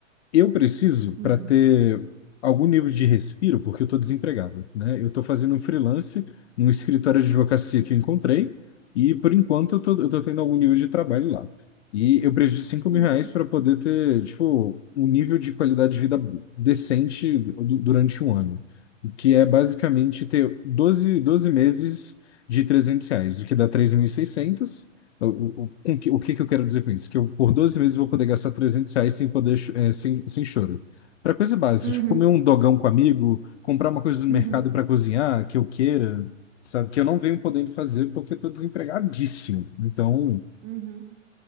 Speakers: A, on the left; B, on the right.
A: Eu preciso para
B: Uhum,
A: ter algum nível de respiro, porque eu estou desempregado, né? Eu estou fazendo um freelance num escritório de advocacia que eu encontrei e, por enquanto, eu estou eu tô tendo algum nível de trabalho lá. E eu preciso de 5
B: uhum,
A: mil reais para poder ter, tipo, um nível de qualidade de vida decente du- durante um ano, que é basicamente ter doze doze meses de 300 reais, o que dá 3.600. O, o, o com que o que que eu quero dizer com isso? Que eu, por 12 meses, vou poder gastar 300 reais sem poder, cho- eh, sem, sem choro. Para coisa básica,
B: uhum,
A: tipo, comer um dogão com amigo, comprar uma coisa no
B: uhum,
A: mercado para cozinhar, que eu queira, sabe? Que eu não venho podendo fazer porque eu tô desempregadíssimo. Então,
B: uhum,